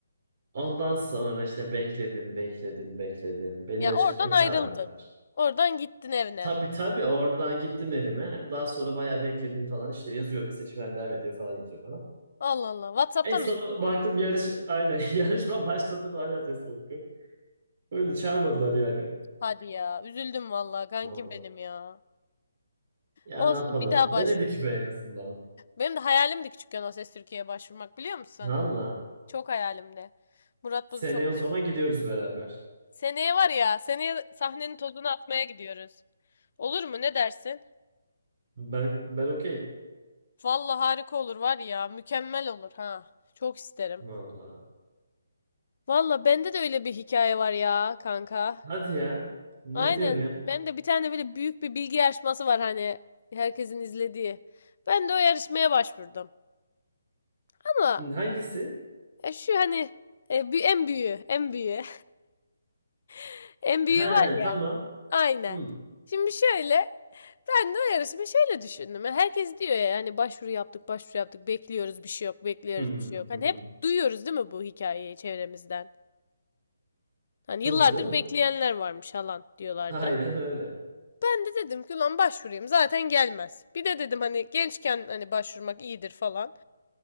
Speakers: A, on the right; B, on the left.
A: Ondan sonra işte bekledim bekledim bekledim. Beni
B: Ya
A: yarışmaya
B: oradan ayrıldın.
A: çağırmadılar.
B: Oradan gittin evine.
A: Tabii tabii oradan gittim evime. Daha sonra bayağı bekledim falan işte yazıyorum seçmeler devam ediyor falan yazıyor bana.
B: Allah Allah. WhatsApp'tan
A: En son
B: mı
A: baktım yarış aynen <laughs> yarışma başladı da hala ses soluk yok. Öyle çağırmadılar yani.
B: Hadi ya. Üzüldüm vallahi kankim
A: Doğru.
B: benim ya.
A: Ya
B: Olsun
A: ne yapalım?
B: bir daha başvur.
A: Denedik be en azından.
B: Benim de hayalimdi küçükken O Ses Türkiye'ye başvurmak biliyor musun?
A: Valla.
B: Çok hayalimdi. Murat
A: Seneye
B: Boz'u çok sev-
A: o zaman gidiyoruz beraber.
B: Seneye var ya, seneye sahnenin tozunu atmaya gidiyoruz. Olur mu? Ne dersin?
A: Ben ben okeyim.
B: Vallahi harika olur var ya. Mükemmel olur ha. Çok isterim.
A: Valla.
B: Valla bende de öyle bir hikaye var ya kanka.
A: Hadi ya. Ne
B: Aynen.
A: diyorsun ya?
B: Ben de bir tane böyle büyük bir bilgi yarışması var hani herkesin izlediği. Ben de o yarışmaya başvurdum. Ama
A: Hangisi?
B: Ya şu hani e, bir en büyüğü, en büyüğü, <laughs> en büyüğü
A: He
B: var ya.
A: tamam.
B: Aynen.
A: Hı.
B: Şimdi şöyle ben de o yarışımı şöyle düşündüm. Yani herkes diyor ya hani başvuru yaptık, başvuru yaptık, bekliyoruz bir şey yok, bekliyoruz
A: Hı hı
B: bir şey yok. Hani
A: hı. hı.
B: hep duyuyoruz değil mi bu hikayeyi çevremizden? Hani
A: Tabii
B: yıllardır
A: canım.
B: bekleyenler varmış falan diyorlardı.
A: Aynen öyle.
B: Ben de dedim ki lan başvurayım zaten gelmez. Bir de dedim hani gençken hani başvurmak iyidir falan.